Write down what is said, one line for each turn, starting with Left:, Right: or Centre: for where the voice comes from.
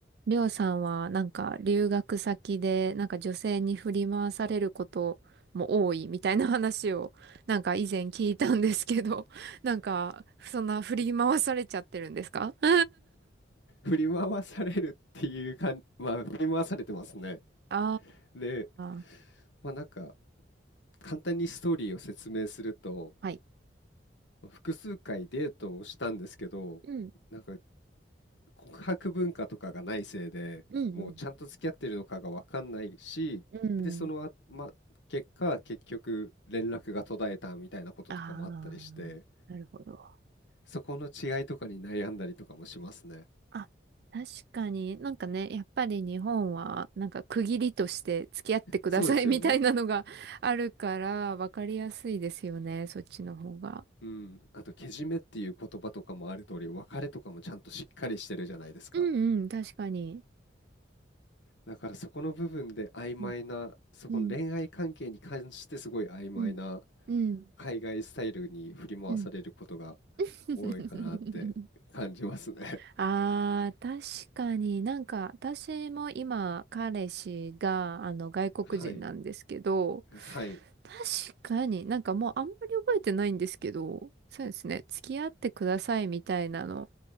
Right: りょうさんはなんか留学先でなんか女性に振り回されることも多いみたいな話をなんか以前聞いたんですけど、なんかそんな振り回されちゃってるんですか <laughs>
Left: 振り回されるっていうかんまあ、振り回されてますね。
Right: あ
Left: で、
Right: あー、
Left: まあ、なんか、簡単にストーリーを説明すると、
Right: はい。
Left: 複数回デートをしたんですけど、
Right: うん、
Left: なんか告白文化とかがないせいで、
Right: うん、
Left: もうちゃんと付き合ってるのかがわかんないし、
Right: うん。
Left: で、そのあ、
Right: うん。
Left: ま、結果、結局連絡が途絶えたみたいなこととかもあったりして、
Right: ああ、なるほど。
Left: そこの違いとかに悩んだりとかもしますね。
Right: あ確かになんかね、やっぱり日本はなんか区切りとして付き合ってくださいみたいなのが
Left: そうですよね。
Right: <laughs> あるから分かりやすいですよね、そっちの方が。
Left: うん。あと、けじめっていう言葉とかもある通り、別れとかもちゃんとしっかりしてるじゃないですか。
Right: うんうん、確かに。
Left: だからそこの部分で曖昧な、
Right: うん、
Left: そこの恋愛関係に関してすごい曖昧な
Right: うん、うん、うん。
Left: 海外スタイルに振り回されることが
Right: うん <laughs>
Left: 多いかなって感じますね。
Right: ああ、確かになんか私も今彼氏があの外国人なんですけど、
Left: <laughs> はい。はい。
Right: 確かになんかもうあんまり覚えてないんですけど、そうですね、付き合ってくださいみたいなの